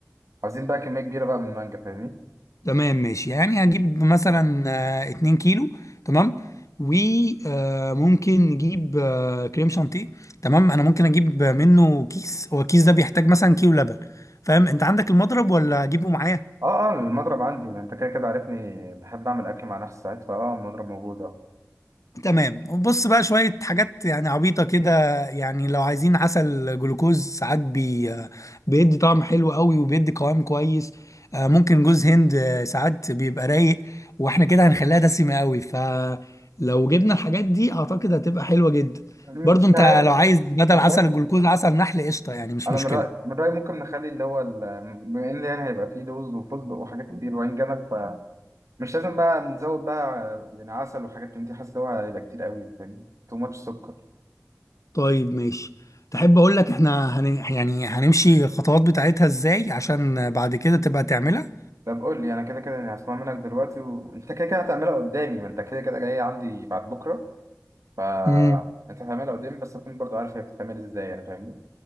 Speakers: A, on the right; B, on the left.
A: عاوزين بقى كميه كبيره بقى من المانجا فاهمني
B: تمام ماشي يعني هجيب مثلا آه، 2 كيلو تمام وممكن نجيب آه، كريم شانتيه تمام انا ممكن اجيب منه كيس هو الكيس ده بيحتاج مثلا كيلو لبن فاهم انت عندك المضرب ولا اجيبه معايا
A: اه اه المضرب عندي ما انت كده كده عارفني بحب اعمل اكل مع نفسي ساعات فاه المضرب موجود اه
B: تمام وبص بقى شوية حاجات يعني عبيطة كده يعني لو عايزين عسل جلوكوز ساعات بي بيدي طعم حلو قوي وبيدي قوام كويس آه، ممكن جوز هند آه، ساعات بيبقى رايق واحنا كده هنخليها دسمة قوي فلو جبنا الحاجات دي اعتقد هتبقى حلوة جدا
A: يعني
B: برضو
A: مش
B: انت
A: عارف
B: لو عايز بدل
A: انت
B: عسل
A: عارف
B: الجلوكوز عسل نحل قشطة يعني مش
A: انا
B: مشكلة
A: من رايي من رايي ممكن نخلي اللي هو ال- بما ان يعني هيبقى فيه لوز وفستق وحاجات كتير وعين جمل مش لازم بقى نزود بقى يعني عسل وحاجات من دي حاسس ان هو هيبقى كتير قوي فاهم تو ماتش سكر
B: طيب ماشي تحب اقول لك احنا هن... يعني هنمشي الخطوات بتاعتها ازاي عشان بعد كده تبقى تعملها
A: طب قول لي انا كده كده يعني هسمع منك دلوقتي وانت كده كده هتعملها قدامي ما انت كده كده جاي عندي بعد بكره ف
B: مم.
A: انت هتعملها قدامي بس اكون برضو عارف هي بتتعمل ازاي يعني فاهمني